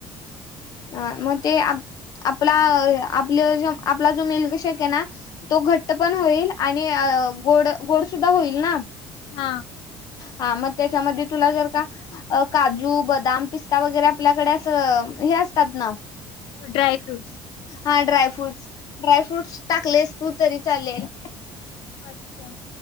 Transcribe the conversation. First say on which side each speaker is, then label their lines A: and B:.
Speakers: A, on the left (about 40°); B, on the left (about 65°).
A: <inaudible> हां
B: ठीक
A: म ते आ आपला अ आपलं जो आपला जो मिल्कशेक आहे ना तो घट्ट पण होईल आणि अ गोड-गोड सुुद्धा होईल ना.
B: हां
A: हां म त्याच्यामध्ये तुला जर का अ काजू, बदाम, पिस्ता वगैरे आपल्याकडे असं हे असतात ना.
B: ड्राय फ्रूट्स
A: हां ड्रायफ्रूटस, ड्रायफ्रूटस टाकलेस तू तरी चालेल.
B: अच्छा